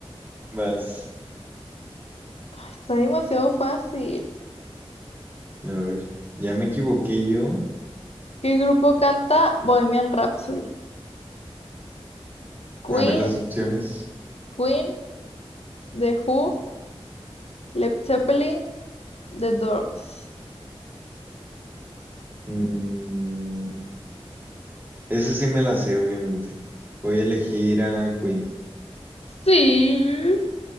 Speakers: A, on the right; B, on the left.
A: Vas.
B: Está demasiado fácil.
A: A ver, ya me equivoqué yo.
B: ¿Qué grupo canta Bohemian Rhapsody? Queen,
A: A ver las opciones.
B: Queen, The Who, Led Zeppelin, The Doors.
A: Mm, esa sí me la sé, obviamente. Voy a elegir a Queen.
B: Sí.